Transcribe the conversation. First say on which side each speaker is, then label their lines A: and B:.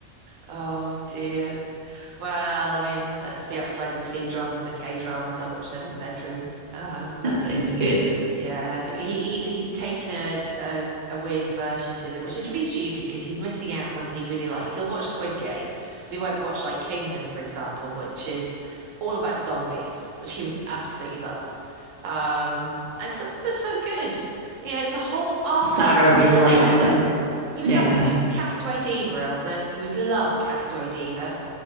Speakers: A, on the right; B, on the right.
A: oh dear. Well, I mean, that's the upside of the C dramas and the K dramas. I watch them in the bedroom. Um,
B: That sounds good.
A: Yeah, he he's he's taken a, a a weird diversion to them, which is really stupid because he's missing out on ones that he'd really like. He'll watch Squid Game, but he won't watch like Kingdom, for example, which is all about zombies, which he would absolutely love. Um, and some of them are so good. You know, it's a whole arc
B: Sarah
A: of storytelling.
B: really likes them.
A: You
B: Yeah,
A: would love you'd Castaway Diva, Elsa. You would love Castaway Diva.